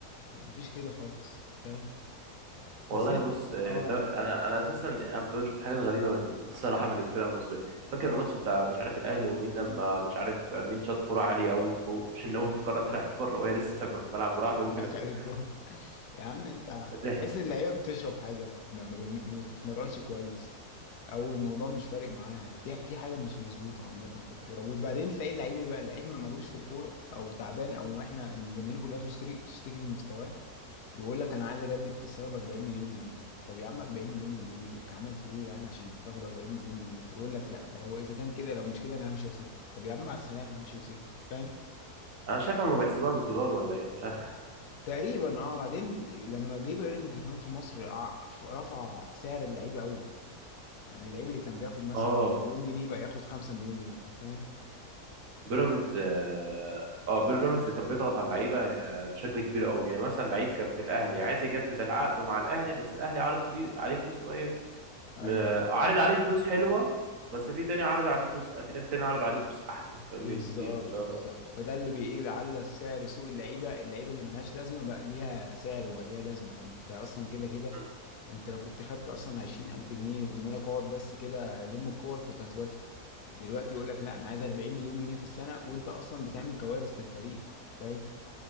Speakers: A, on the left; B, on the right.
A: مفيش كده خالص فاهم
B: والله
A: بس انت
B: بص آه،
A: اه
B: ده انا انا اساسا أنا بشوف حاجات غريبه من <laughs> الصراحه من الفرق المصريه فاكر الماتش بتاع مش عارف الاهلي ومين لما مش عارف مين شاط كوره عاليه قوي فوق شناوي افتكرها طلعت بره وهي لسه في الملعب وراح جابوا
A: هو
B: فينا
A: ده اخر
B: جول.
A: الجون يا عم انت
B: ضحك
A: تحس اللعيبه بتشرب حاجه ما, ما, بن- ما بتتمرنش كويس او الموضوع مش فارق معاها في في حاجه مش مظبوطه عامه في الكوره وبعدين تلاقي اللعيب إيه بقى اللعيب ما مالوش في الكوره او تعبان او احنا الجماهير كلها بتشتري بتشتكي من مستواه بيقول لك انا عايز اجدد في السنه ب 40 مليون جنيه طب يا عم 40 مليون جنيه ليه انت عملت ايه يعني عشان تاخد 40 مليون جنيه يقول لك لا هو اذا كان كده لو مش كده انا همشي واسيبكم طب يا عم مع السلامه همشي واسيبكم فاهم
B: انا شايفها ما بيحسبوها بالدولار ولا ايه مش عارف
A: تقريبا اه بعدين لما جه بيراميدز كمان في مصر ع- رفع سعر اللعيبه قوي يعني اللعيب اللي كان بياخد مثلا
B: اه
A: مليون جنيه بقى ياخد 5 مليون جنيه فاهم
B: بيراميدز اه آه، بيراميدز كان بيضغط على اللعيبه آه، بشكل كبير قوي يعني مثلا لعيب كان في الاهلي عايز يجدد العقد مع الاهلي بس الاهلي عارض فلي- عليه فلوس قليل
A: ايوه
B: م-
A: بالظبط
B: عارض عليه فلوس حلوه بس في تاني عارض عليه فلوس في نادي تاني عارض عليه فلوس احلى فاهمني
A: بالظبط
B: بكتير فده
A: بالظبط فده اللي بي ايه بيعلى سعر سوق اللعيبه اللعيبه اللي ملهاش لازمه بقى ليها سعر وبقى ليها لازمه يعني انت اصلا كده كده
B: مم.
A: انت لو كنت خدت اصلا عشرين الف جنيه وان انا اقعد بس كده الم الكور كنت هتوافق دلوقتي يقول لك لا انا عايز 40 مليون جنيه في السنه وانت اصلا بتعمل كوارث للفريق فاهم